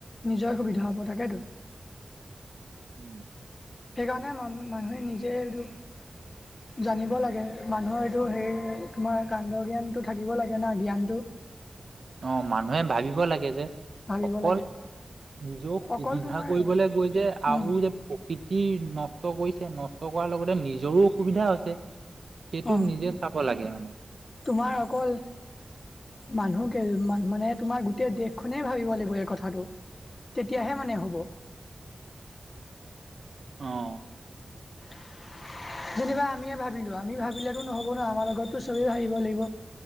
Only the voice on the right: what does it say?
উম।
অ', মানুহে ভাবিব লাগে যে
অকল
নিজক
সুবিধা
কৰিবলে গৈ যে
আৰু যে প্ৰকৃতিৰ নষ্ট কৰিছে। নষ্ট কৰাৰ লগতে নিজৰো অসুবিধা হৈছে। সেইটো
নিজে চাব লাগে। মা
অ'।